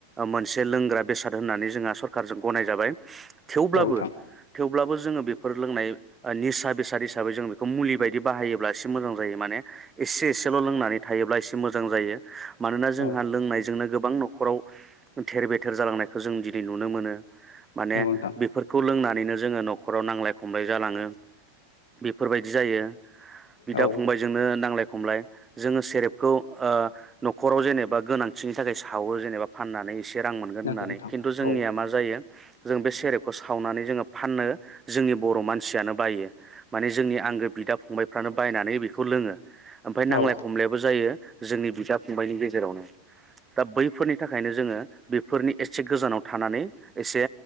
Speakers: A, on the right; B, on the left.
A: मोनसे लोंग्रा बेसाद होननानै जोंहा सखारजों गनाय जाबाय। थेवब्लाबो
B: औ नोंथां
A: थेव ब्लाबो जोङो बेफोर लोंनाय ओ निसा बेसा द हिसाबै जों बेखौ मुलि बायदि बाहायोब्ला एसे मोजां जायो माने एसे एसेल' लोंनानै थायोब्ला एसे मोजां जायो। मानोना जोंहा
B: औ
A: लोंनायजोंनो गोबां न'खराव थेर बेथेर जालांनायखौ जों दिनै नुनो मोनो। माने
B: नंगौ नोंथां
A: बेफोरखौ लोंना नैनो जोङो न'खराव नांलाय खमलाय जालाङो। बेफोरबायदि जायो बिदा
B: औ
A: फंबायजोंनो नांलाय खमलाय जोङो सेरेबखौ ओ न'खराव जेनेबा गोनांथिनि थाखाय सावो जेनेबा फाननानै से रां मोनगोन
B: नंगौ
A: होननानै
B: नोंथां
A: खिन्थु जोंनिया
B: औ
A: मा जायो जों बे सेरेबखौ सावनानै जोङो फाननो जोंनि बर' मानसियानो बायो। माने जोंनि आंगो बिदा फंबायफ्रानो बायनानै बेखौ लोङो ओमफाय नांलाय
B: औ
A: खमलायबो जायो। जोंनि बिदा फंबायनि गेजेरावनो दा बैफोरनि थाखायनो जोङो बेफोरनि एसे गोजानाव थानानै एसे